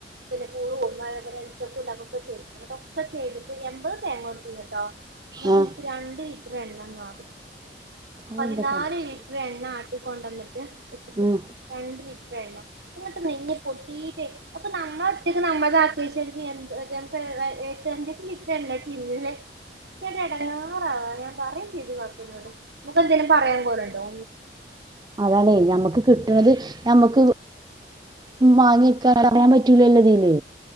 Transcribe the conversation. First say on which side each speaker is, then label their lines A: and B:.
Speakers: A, on the right (about 70°); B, on the right (about 25°).
A: പിന്നെ പൂളു അതേപോലെ എടുത്തൊക്ക്‌ ഉണ്ടാക്കുക്കെ ചെയ്തു എന്നിട്ട് ചെയ്തിട്ട് എൺപത് തേങ്ങ കൊടുത്തിണ്ടട്ടോ. <unintelligible>
B: ആഹ്
A: രണ്ടി ഇത്ര എണ്ണം കാണു
B: ഓ
A: പതിനാല്
B: ഇന്റെ പടച്ചോനെ
A: ലിറ്റർ എണ്ണ ആട്ടികൊണ്ടന്നിട്ട് ഇട്ടിട്ട്
B: ഉം
A: രണ്ട് ലിറ്റർ എണ്ണ അങ്ങിട്ട് നെയ്യ പൊട്ടീട്ടേ അപ്പൊ നമ്മള ഒറ്റക്ക് നമ്മളതാ <unintelligible> ക്ക് ഞങ്ങക്ക് എട്ട്ഞ്ച് അഞ്ചെട്ട് ലിറ്റർ എണ്ണ <unintelligible> ഇടങ്ങേർ ആയ പറയും ചെയ്തു കാക്കുന്നോട് നമുക്ക് എന്തേിലും പറയാൻ പോല് ഉണ്ടോ.
B: അതാണെ ഞമ്മക്ക് കിട്ട് ട്ട്ണത് ഞമ്മക്ക് വാങ്ങ്യയ്ക്കാ പറയാൻ പറ്റൂലല്ലോ ഇതീല്